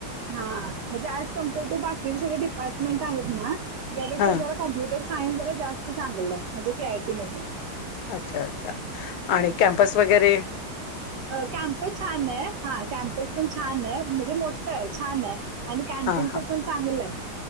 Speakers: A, on the right; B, on the left.
A: हा म्हणजे ज कम्पेअर्ड टू बाकीचे सगळे डिपार्टमेंट आहेत ना त्यापेक्षा
B: हा
A: जरा कॉम्प्युटर सायन्स जरा जास्त चांगलं आहे म्हणजे के आयटी मध्ये
B: अच्छा अच्छा आणि कॅम्पस वगैरे
A: अ कॅम्प छान आहे. हा कॅम्पस पण छान आहे म्हणजे मोठं आहे छान आहे आणि कॅन्टीनच
B: हा हा
A: पण चांगलं आहे.